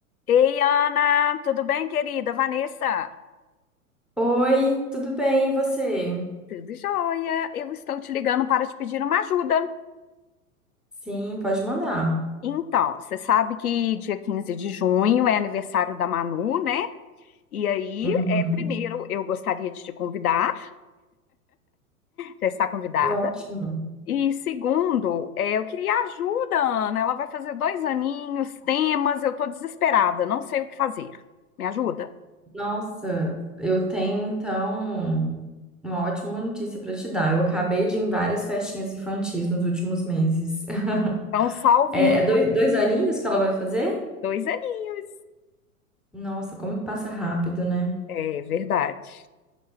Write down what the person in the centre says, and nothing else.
Oi, tudo bem, e você?
Sim, pode mandar.
Uhum.
É ótimo.
Nossa, eu tenho então uma ótima notícia para te dar. Eu acabei de ir em várias festinhas infantis nos últimos meses. <laughs>
É, é dois, dois aninhos que ela vai fazer?
Nossa, como que passa rápido, né?